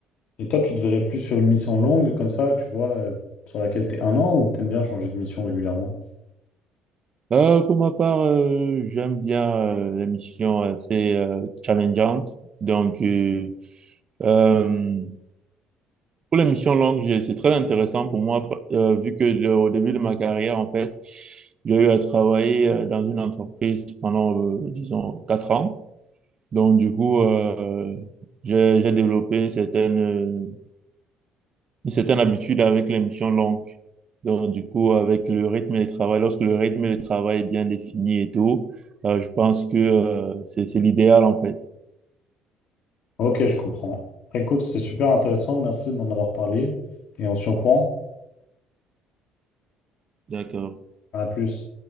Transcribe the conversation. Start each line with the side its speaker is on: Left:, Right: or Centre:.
Left: Et toi, tu te verrais plus sur une mission longue comme ça, tu vois, euh, sur laquelle t'es un an ou t'aimes bien changer de mission régulièrement?
Right: Euh, pour ma part, euh, j'aime bien euh, l'émission assez euh, challengeante. Donc, euh, euh, Pour les missions longues, j'ai- c'est très intéressant pour moi, euh, vu que le- au début de ma carrière, en fait, j'ai eu à travailler euh, dans une entreprise pendant, euh, disons, quatre ans. Donc, du coup, euh, j'ai, j'ai développé une certaine, euh, une certaine habitude avec les missions longues. Donc, du coup, avec le rythme de travail, lorsque le rythme de travail est bien défini et tout, euh, je pense que, euh, c'est, c'est l'idéal, en fait.
Left: Ok, je comprends. Écoute, c'est super intéressant. Merci de m'en avoir parlé. Et on se tient au courant.
Right: D'accord.
Left: À plus.